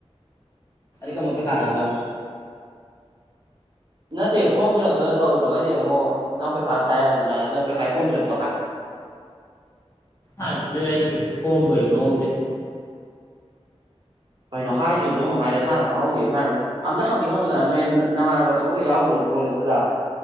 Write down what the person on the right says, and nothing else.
ꯅꯠꯇꯦ ꯐꯣꯔꯝ ꯐꯤꯜꯂꯞꯇ ꯇꯧꯗ꯭ꯔꯒꯗꯤ ꯑꯃꯨꯛ ꯅꯪ ꯄꯩꯈꯥ ꯊꯥꯔꯗꯅ ꯅ ꯄꯩꯈꯥ ꯐꯣꯔꯝ ꯐꯤꯜꯂꯞ
ꯀꯩꯅꯣ ꯍꯥꯏꯗ꯭ꯔꯤꯁꯨ ꯑꯃꯨꯛ ꯍꯥꯏꯔꯦ ꯏꯁꯥꯅ ꯈꯪꯍꯧꯗꯦ ꯁ꯭ꯃꯏꯝꯅ ꯑꯝꯇ ꯍꯪꯒꯦ ꯍꯪꯕꯗꯅ ꯅꯣꯏ ꯅꯃꯥꯟꯅꯕ ꯑꯇꯣꯞꯄꯒ ꯌꯥꯎꯔꯣ ꯀꯣꯂꯦꯖꯇꯨꯗ